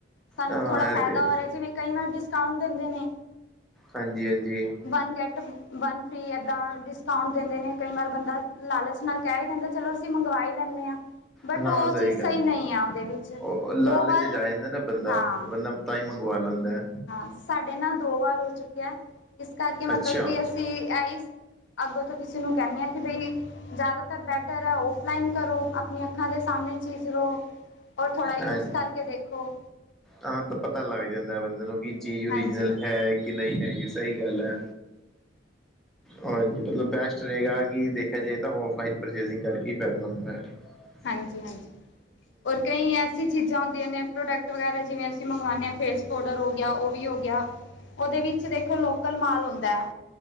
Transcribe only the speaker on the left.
ਸਾਨੂੰ
ਥੋੜਾ ਫਾਇਦਾ
ਹੋ ਰਿਹਾ ਜਿਵੇਂ ਕਈ ਨਾਲ ਡਿਸਕਾਊਂਟ ਦਿੰਦੇ ਨੇ।
ਵਨ ਗੈਟ ਵਨ ਫ੍ਰੀ ਏਦਾਂ ਡਿਸਕਾਊਂਟ ਦਿੰਦੇ ਨੇ ਕਈ ਵਾਰ ਬੰਦਾ ਲਾਲਚ ਨਾਲ ਕਹਿ ਹੀ ਦਿੰਦਾ। ਚਲੋ ਅਸੀਂ ਮੰਗਵਾ ਈ ਲੈਂਦੇ ਹਾਂ। ਬਟ
ਉਹ ਚੀਜ਼
ਸਹੀ ਨਹੀਂ ਆ ਉਹਦੇ ਵਿੱਚ
ਦੋ ਵਾਰ
ਹਾਂ।
ਹਾਂ ਸਾਡੇ ਨਾਲ ਦੋ ਵਾਰ ਹੋ ਚੁੱਕਿਆ ਇਸ ਕਰਕੇ ਮਤਲਬ
ਕਿ ਅਸੀਂ ਆਹ ਹੀ। ਅੱਗੋਂ ਤੋਂ ਕਿਸੇ ਨੂੰ ਕਹਿੰਦੇ ਆ ਕਿ ਬਈ। ਜ਼ਿਆਦਾਤਰ ਬੈਟਰ ਹੈ ਔਫਲਾਈਨ ਕਰੋ ਆਪਣੀਆਂ ਅੱਖਾਂ ਦੇ ਸਾਹਮਣੇ ਚੀਜ਼ ਲਓ। ਔਰ ਥੋੜ੍ਹਾ ਯੂਜ
ਕਰਕੇ ਦੇਖੋ
ਹਾਂਜੀ
ਹਾਂਜੀ ਹਾਂਜੀ ਔਰ ਕਈ ਐਸੀ ਚੀਜ਼ਾਂ ਹੁੰਦੀਆਂ ਨੇ ਪ੍ਰੋਡ ਪ੍ਰੋਡਕਟ ਵਗੈਰਾ ਜਿਵੇਂ ਅਸੀਂ ਮੰਗਵਾਉਦੇ ਹਾਂ ਫੇਸ ਪਾਊਡਰ ਹੋ ਗਿਆ ਉਹ ਵੀ ਹੋ ਗਿਆ ਉਹਦੇ ਵਿੱਚ ਦੇਖੋ। ਲੋਕਲ ਮਾਲ ਹੁੰਦਾ